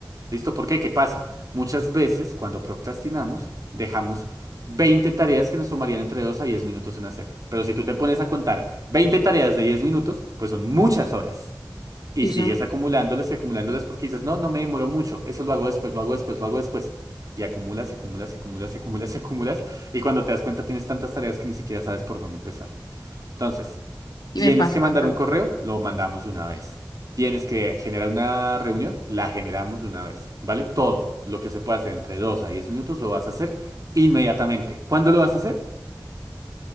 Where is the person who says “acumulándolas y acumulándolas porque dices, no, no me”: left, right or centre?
Right